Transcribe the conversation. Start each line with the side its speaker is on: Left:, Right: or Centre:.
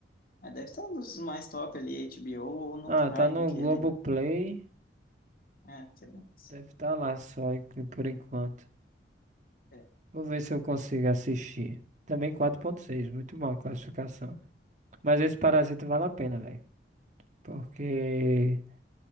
Left: Mas deve estar nos mais top ali, HBO ou no
Right: Ah,
Left: Prime
Right: tá no
Left: aquele,
Right: Globoplay.
Left: né? É, também. sim.
Right: Deve estar lá só en- por enquanto.
Left: É.
Right: Vou ver se eu consigo assistir. Também quatro ponto seis muito bom a classificação. Mas esse Parasita vale a pena, velho. Porque